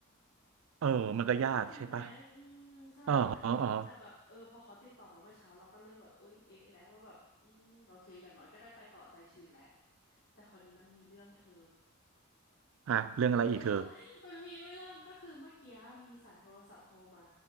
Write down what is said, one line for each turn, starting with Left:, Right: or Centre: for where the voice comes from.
Right: เออมันก็ยากใช่ปะ
Left: เข้าใจไหมอืมใช่น่ะแต่แบบเออพอเขาติดต่อมาเมื่อเช้าเราก็เริ่มแบบเอ้ยเอ๊ะแล้วว่าแบบอืมโอเคอย่างน้อยก็ได้ไปต่อใจชื้นแหละ
Right: อ๋ออ๋ออ๋อ
Left: แต่คราวนี้มันมีเรื่องเธอ
Right: อ่ะเรื่องอะไรอีกเธอ
Left: เออ <laughs> มันมีเรื่องก็คือเมื่อกี้มีสายโทรศัพท์โทรมา